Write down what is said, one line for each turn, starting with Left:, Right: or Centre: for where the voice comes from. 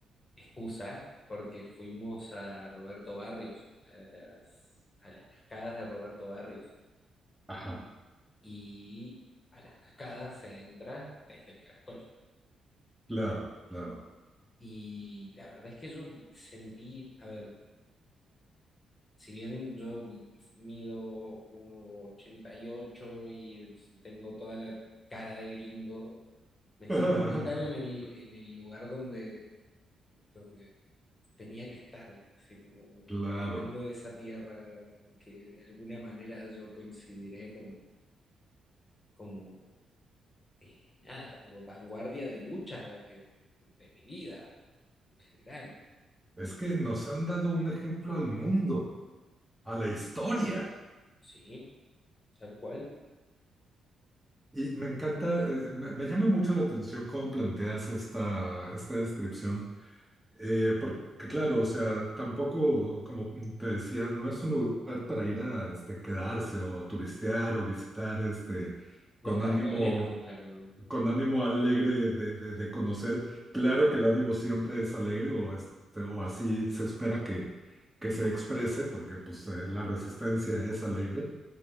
Left: excusa, porque fuimos a Roberto Barrios, a las, a las cascadas de Roberto Barrios,
Centre: ajá,
Left: y a las cascadas se entra desde el caracol.
Centre: claro, claro.
Left: Y la verdad es que yo sentí, a ver, si bien yo mido 1,88 y ocho y tengo toda la cara de gringo, me
Centre: <laughs>
Left: sentí tan en el, en el lugar donde, donde tenía que estar, así como
Centre: Claro,
Left: caminando esa tierra que de alguna manera yo consideré como, como eh, nada, como vanguardia de lucha eh, de mi vida en general,
Centre: es que nos han dado un ejemplo al mundo, a la historia.
Left: ¿sí? Tal cual.
Centre: Y me encanta, eh, me, me llama mucho la atención cómo planteas esta, esta descripción Eh, porque claro, o sea, tampoco, como te decía, no es un lugar para ir a este, quedarse o turistear o visitar este,
Left: Los
Centre: con
Left: caracoles,
Centre: ánimo,
Left: no, claro, no.
Centre: con ánimo alegre de, de- de conocer. Claro que el ánimo siempre es alegre o, este, o así se espera que, que se exprese, porque pues eh, la resistencia es alegre.